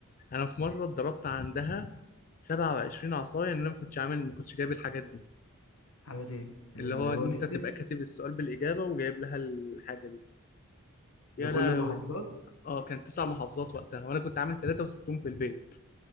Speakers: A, on the left; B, on the left.
A: انا في مره اتضربت عندها 27 عصايه ان انا ما كنتش عامل ما كنتش جايب الحاجات دي
B: حاجه ايه اللي
A: اللي هو ان
B: هو تكتب
A: انت تبقى كاتب السؤال بالاجابه وجايب لها الحاجه دي يا
B: لكل
A: لهوي
B: المحافظات
A: اه كان تسع محافظات وقتها وانا كنت عامل ثلاثه وسبتهم في البيت